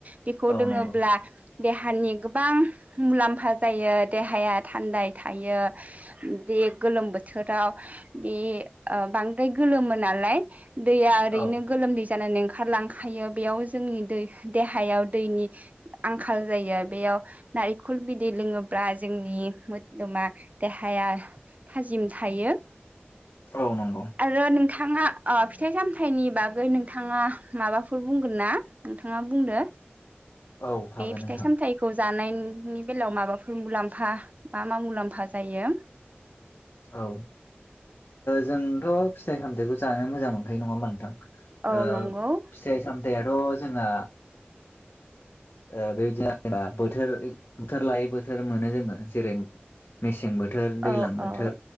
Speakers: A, on the right; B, on the left.
A: बेखौ
B: औ
A: लोङोब्ला
B: नंगौ
A: देहानि गोबां मुलाम्फा जायो देहाया थान्दायै थायो बे गोलोम बोथोराव बे बांद्राय गोलोमो नालाय दैया ओरैनो
B: औ
A: गोलोमदै जानानै ओंखारलांखायो बेयाव जोंनि दै देहायाव दैनि आंखाल जायो बेयाव नारेंखल बिदै लोङोब्ला जोंनि मोदोमा देहाया थाजिम थायो
B: औ नंगौ
A: आरो नोंथाङा अ फिथाइ सामथाइनि बागै नोंथाङा माबाफोर बुंगोन ना नोंथाङा बुंदो
B: औ हागोन
A: बे
B: नोंथां
A: फिथाइ सामथायाइ। जानायनि बेलायाव माबाफोर मुलाम्फा मा मा मुलाम्फा जायो।
B: औ जोंथ' फिथाइ सामथायाइखौ जानो मोजां मोनखायो नङा होमबा नोंथां।
A: औ
B: ओ
A: नंगौ
B: फिथाइ सामथायथ' जोंना बेबायदिनो जेनबा बोथोर बोथोर लायै बोथोर मोनो जोङो जेरै मेसें बोथोर दैलां
A: औ
B: बोथोर
A: औ